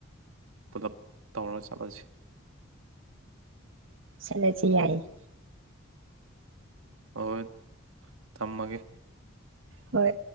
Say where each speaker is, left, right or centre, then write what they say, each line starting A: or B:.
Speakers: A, on the right; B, on the right.
A: ꯄꯨꯂꯞ ꯇꯧꯔꯒ ꯆꯠꯂꯁꯤ
B: ꯆꯠꯂꯁꯦ ꯌꯥꯏ ꯌꯦ
A: ꯍꯣꯏ ꯍꯣꯏ ꯊꯝꯃꯒꯦ
B: ꯍꯣꯏ